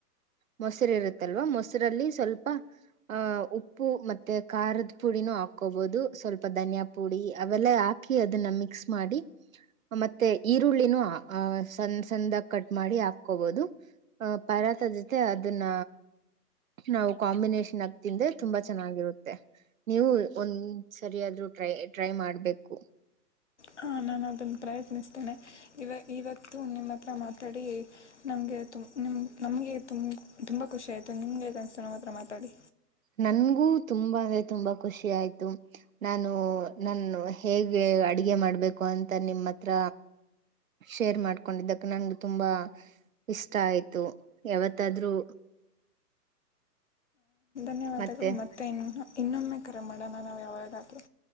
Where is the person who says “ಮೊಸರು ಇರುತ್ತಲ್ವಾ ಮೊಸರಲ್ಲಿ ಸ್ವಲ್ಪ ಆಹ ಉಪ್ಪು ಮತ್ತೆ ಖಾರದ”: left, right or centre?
Right